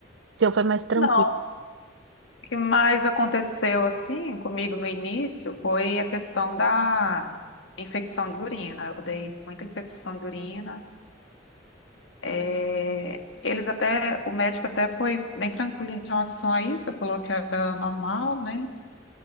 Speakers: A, on the right; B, on the left.
A: O seu foi mais tranquilo.
B: Não, o que mais aconteceu assim comigo no início foi a questão da infecção de urina. Eu dei muita infecção de urina. É, eles até, o médico até foi bem tranquilo em relação a isso, falou que era normal, né?